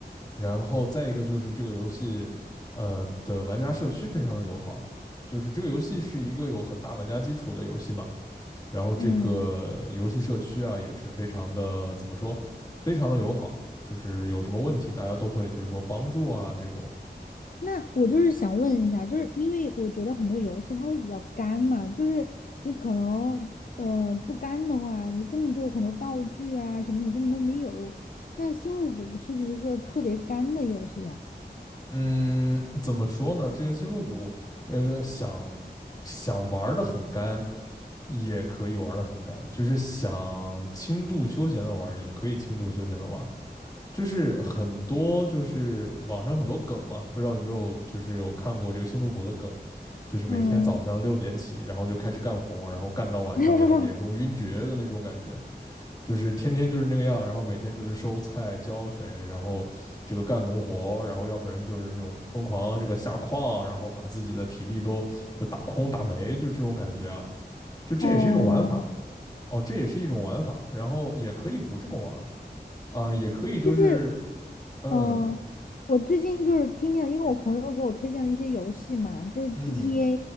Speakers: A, on the left; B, on the left.
A: 然后再一个就是这个游戏，呃的玩家社区非常的友好，就是这个游戏是一个有很大玩家基础的游戏嘛，然后这个游戏社区啊也是非常的怎么说，
B: 嗯，
A: 非常的友好，就是有什么问题大家都会就是说帮助啊这种。
B: 那我就是想问一下，就是因为我觉得很多游戏它会比较干嘛，就是你可能，呃，不干的话，你根本就很多道具啊什么你根本都没有。那《星露谷》是不是一个特别干的游戏呀？
A: 嗯，怎么说呢？这个星露谷，那个想想玩的很干，也可以玩的很干；就是想轻度休闲的玩，也可以轻度休闲的玩。就是很多就是网上很多梗嘛，不知道有没有就是有看过这个星露谷的梗，就是每天早上六点起，
B: 嗯，
A: 然后就开始干活，然后干到晚上两点钟晕厥的那种感觉，
B: <laughs>
A: 就是天天就是那个样，然后每天就是收菜、浇水，然后这个干农活，然后要不然就是那种疯狂这个下矿，然后把自己的体力都就打空打没，就这种感觉啊，就这也是一种玩法
B: 哦，
A: 哦，这也是一种玩法，然后也可以不这么玩啊、呃也可以就是
B: 就是
A: 嗯。
B: 嗯，我最近就是听见，因为我朋友给我推荐了一些游戏嘛，就是
A: 嗯，
B: GTA，